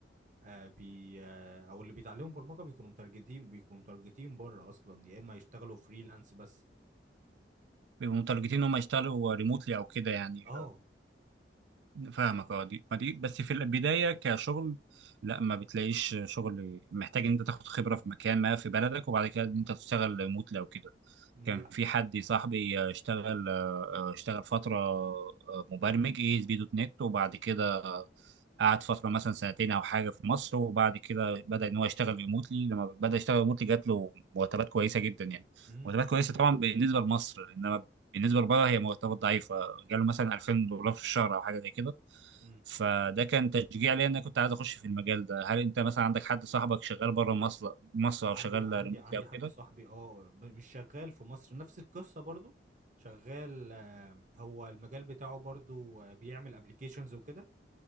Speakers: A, on the right (about 45°); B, on the right (about 75°).
A: آه بي آه او اللي بيتعلموا برمجه بيكونوا متارجتين بيكونوا متارجتين بره اصلا يا اما يشتغلوا فريلانس بس
B: بيبقوا متارجتين ان هم يشتغلوا ريموتلي او كده يعني
A: اه
B: فاهمك
A: ف-
B: اه دي ما دي بس في البدايه كشغل لا ما بتلاقيش شغل محتاج ان انت تاخد خبره في مكان ما في بلدك وبعد كده ان انت تشتغل ريموتلي او كده
A: لا
B: كان في حد صاحبي آه، اشتغل آه، اشتغل فتره آه، مبرمج اي اس بي دوت نت وبعد كده قعد فتره مثلا سنتين او حاجه في مصر وبعد كده بدا ان هو يشتغل ريموتلي لما بدا يشتغل ريموتلي جات له مرتبات كويسه جدا يعني
A: مم.
B: مرتبات كويسه طبعا بالنسبه لمصر انما بالنسبه لبره هي مرتبات ضعيفه جاله مثلا 2000 دولار في الشهر او حاجه زي كده
A: امم
B: فده كان تشجيع ليا ان انا كنت عايز اخش في المجال ده هل انت مثلا عندك حد صاحبك شغال بره مصر مصر
A: انا
B: او
A: عندي
B: شغال
A: عندي
B: ريموتلي
A: عندي
B: او
A: حد
B: كده
A: صاحبي اه ب- مش شغال في مصر نفس القصه برضو شغال آه، هو المجال بتاعه برضو آه، بيعمل ابلكيشنز وكده